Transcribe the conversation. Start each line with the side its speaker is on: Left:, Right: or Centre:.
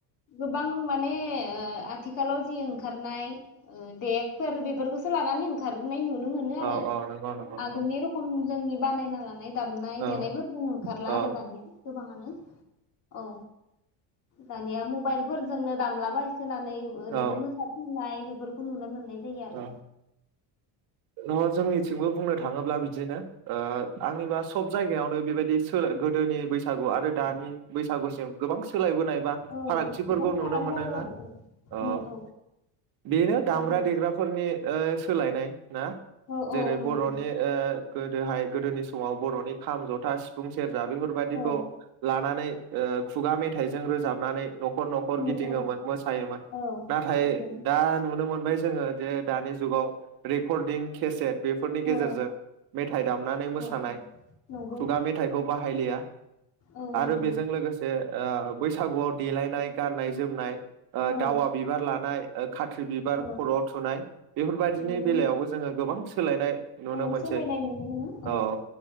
Left: गोब <unintelligible> माने ओ आथिखालाव जि ओंखारनाय देगफोर बेफोरखौसो लानानै ओंखारनाय नुनो मोनो आरो
Right: औ औ नंगौ नंगौ
Left: आगोलनि
Right: नंगौ
Left: रखम जोंनि बानायना लानाय नाय दामनाय
Right: औ
Left: देनायफोरखौ ओंखारला
Right: औ
Left: आरो दानिया गोबाङानो अ दानिया मबाइलफोर जोंनो दामलाबाय नानै ओरैनो
Right: औ
Left: मोसाथिंनाय फोरखौ नुनो मोननाय जायो आरो
Right: अ नङा जोंनिथिंबो बुंनो थाङोब्ला बिदिनो ओ आंनिबा सब जायगायावनो बेबायदि सोलो गोदोनि बैसागु आरो दानि बैसागुसिम गोबां सोलायबोनाय बा
Left: औ
Right: फारागथिफोरखौ
Left: गोबां फाराग
Right: नुनो मोनो।
Left: जाबाय
Right: हो?
Left: आरो औ
Right: ओ
Left: उम औ
Right: बेनो दामग्रा,
Left: नंगौ
Right: देग्रा बे ओ सोलायनाय ना
Left: औ
Right: जेरै
Left: औ नंगौ
Right: बर'नि ओ गोदोहाय गोदोनि समाव बर'नि खाम, जथा, सिफुं, सेर जा बेफोरबायदिखौ
Left: औ
Right: लानानै ओ खुगा मेथाइजों रोजाबनानै न'खर न'खर
Left: उम
Right: गिदिङोमोन
Left: औ
Right: मोसायोमोन
Left: औ
Right: नाथाय
Left: नंगौ
Right: दा नुनो मोन <unintelligible> जोङो जे दानि जुगाव रेकर्डिं केसेट बेफोरनि गेजेरजों
Left: औ
Right: मेथाइ दामनानै मोसानाय
Left: औ औ नंगौ
Right: खुगा मेथाइखौ बाहायलिया।
Left: औ नंगौ
Right: आरो बेजों लोगोसे ओ बैसागुआव देलायनाय गाननाय जोमनाय ओ
Left: औ
Right: दावा बिबार लानाय, ओ खाथ्रि बिबार
Left: औ
Right: खर' थु थुनाय बेफोरबायदिनि
Left: नंगौ
Right: बेलायावबो
Left: नंगौ
Right: जोङो गोबां सोलायनाय नुनो
Left: औ
Right: मोनसै।
Left: सोलायनाय नुनो मोनो औ
Right: ओ
Left: औ